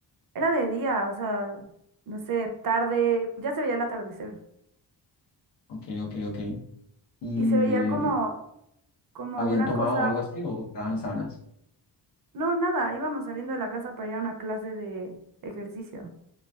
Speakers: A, on the right; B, on the left.
A: Era de día, o sea, no sé, tarde, ya se veía el atardecer.
B: Ok, ok, ok. ¿Y
A: Y se veía
B: eh,
A: como, como
B: habían
A: una
B: tomado
A: cosa...
B: algo así o estaban sanas?
A: No, nada, íbamos saliendo de la casa para ir a una clase de ejercicio.